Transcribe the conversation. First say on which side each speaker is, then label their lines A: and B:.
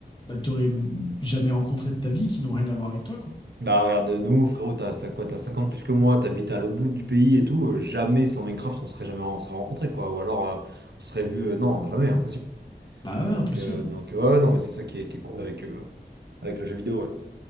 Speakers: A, on the left; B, on the right.
A: bah, t'aurais mm, jamais rencontré de ta vie, qui n'ont rien à voir avec toi, quoi.
B: bah regarde, nous, frérot, t'as t'as quoi, t'as 50 plus que moi, t'habites à l'autre bout du pays et tout. euh, jamais sans Minecraft, on serait jamais on serait rencontrés, quoi. Ou alors, euh, on serait vu, non, jamais, impossible.
A: Bah
B: Donc,
A: ouais, impossible.
B: euh, donc ouais, non, mais c'est ça qui est, qui est cool avec, euh, avec le jeu vidéo. ouais.